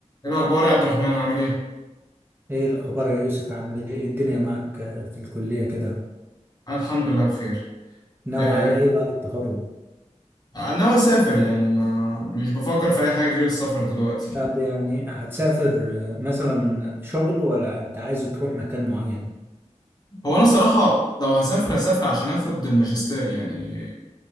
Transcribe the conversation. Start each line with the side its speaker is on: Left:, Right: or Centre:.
Left: إيه الأخبار يا عبد الرحمن عامل إيه؟
Right: ايه الاخبار يا يوسف عامل ايه إيه الدنيا معك آه، في الكلية كده
Left: الحمد لله بخير.
Right: ناوي
Left: آه،
Right: على ايه بعد التخرج
Left: أنا ناوي أسافر يعني ما مش بفكر في أي حاجة غير السفر دلوقتي.
Right: طب يعني هتسافر آه، مثلا شغل ولا انت عايز تروح مكان معين
Left: هو أنا الصراحة لو هسافر هسافر عشان آخد الماجستير يعني